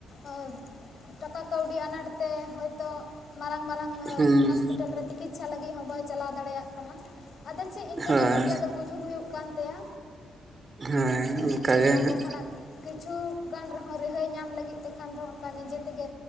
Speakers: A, on the left (about 55°); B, on the right (about 35°).
A: ᱮ ᱴᱟᱠᱟ ᱠᱟᱹᱣᱰᱤ ᱟᱱᱟᱴ ᱛᱮ ᱦᱳᱭᱛᱚ ᱢᱟᱨᱟᱝ ᱢᱟᱨᱟᱝ ᱮ
B: ᱦᱮᱸ
A: ᱦᱚᱥᱯᱤᱴᱟᱞ ᱨᱮ ᱛᱤᱠᱤᱛᱥᱟ ᱞᱟᱹᱜᱤᱫ ᱦᱚᱸ ᱵᱟᱭ ᱪᱟᱞᱟᱣ ᱫᱟᱲᱮᱭᱟᱜ ᱠᱟᱱᱟ ᱟᱫᱚ ᱪᱮᱫ ᱤᱱᱠᱟᱹ
B: ᱦᱳᱭ
A: ᱠᱟᱛᱮᱫ ᱜᱮ ᱟᱫᱚ ᱜᱩᱡᱩᱜ ᱦᱩᱭᱩᱜ ᱠᱟᱱ ᱛᱟᱭᱟ᱾
B: ᱦᱳᱭ ᱚᱱᱠᱟᱜᱮ
A: ᱟᱫᱚ ᱱᱚᱣᱟ
B: ᱦᱟᱸᱜ᱾
A: ᱠᱚ ᱠᱷᱚᱱᱟᱜ ᱠᱤᱪᱷᱩ ᱜᱟᱱ ᱨᱮᱦᱚᱸ ᱨᱤᱦᱟᱹᱭ ᱧᱟᱢ ᱞᱟᱹᱜᱤᱫ ᱛᱮᱠᱷᱟᱱ ᱫᱚ ᱚᱱᱠᱟ ᱱᱤᱡᱮ ᱛᱮᱜᱮ